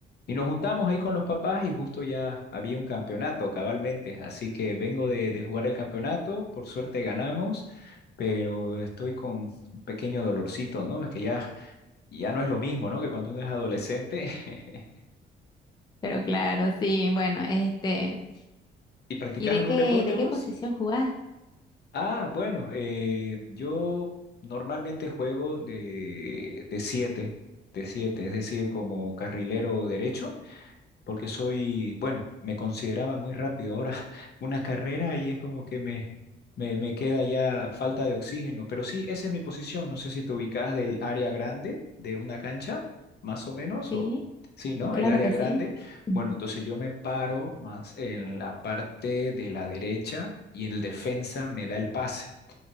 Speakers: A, on the left; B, on the left.
A: y nos juntamos ahí con los papás y justo ya había un campeonato cabalmente, así que vengo de, de jugar el campeonato, por suerte ganamos pero estoy con, pequeño dolorcito, ¿no? Es que ya, ya no es lo mismo, ¿no? Que cuando uno es adolescente. <laughs>
B: Pero claro,
A: ¿Y,
B: sí, bueno, este,
A: y practicas
B: ¿y de
A: algún
B: qué,
A: deporte
B: de
A: vos?
B: qué posición jugás?
A: Ah, bueno, eh, yo normalmente juego de, de siete, de siete, es decir, como carrilero derecho. porque soy, bueno, me consideraba muy rápido. Ahora <laughs> una carrera y es como que me, me, me queda ya falta de oxígeno. Pero sí, esa es mi posición. No sé si te ubicas del área grande de una cancha, más o menos,
B: Sí,
A: o sí, ¿no?
B: claro
A: El área
B: que
A: grande.
B: sí. Ujú.
A: Bueno, entonces yo me paro más en la parte de la derecha y el defensa me da el pase.